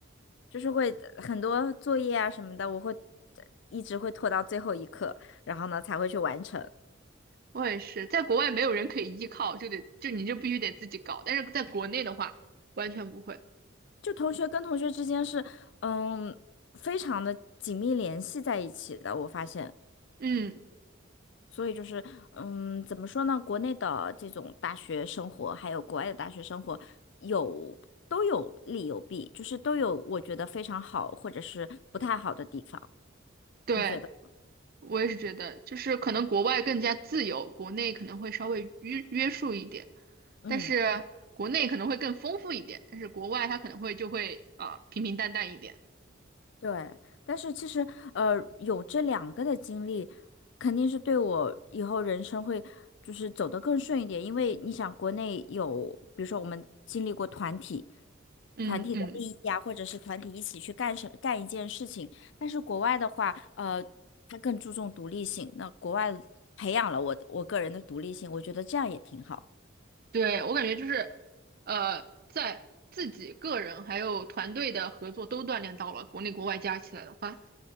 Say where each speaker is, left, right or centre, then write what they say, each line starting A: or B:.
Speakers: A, on the left (about 65°); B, on the right (about 50°).
A: 就是会很多作业啊什么的，我会一直会拖到最后一刻，然后呢才会去完成。
B: 我也是，在国外没有人可以依靠，就得就你就必须得自己搞。但是在国内的话，完全不会。
A: 就同学跟同学之间是，嗯，非常的紧密联系在一起的，我发现。
B: 嗯，
A: 所以就是，嗯，怎么说呢？国内的这种大学生活，还有国外的大学生活，有都有利有弊，就是都有我觉得非常好，或者是不太好的地方。
B: 对，
A: 你觉得？
B: 我也是觉得，就是可能国外更加自由，国内可能会稍微约约束一点，
A: 嗯，
B: 但是国内可能会更丰富一点，但是国外它可能会就会啊、平平淡淡一点。
A: 对。但是其实，呃，有这两个的经历，肯定是对我以后人生会就是走得更顺一点，因为你想，国内有，比如说我们经历过团体。
B: 嗯嗯，
A: 团体的利益啊，或者是团体一起去干什干一件事情。但是国外的话，呃，他更注重独立性。那国外培养了我我个人的独立性，我觉得这样也挺好。
B: 对，我感觉就是，呃，在自己个人还有团队的合作都锻炼到了，国内国外加起来的话，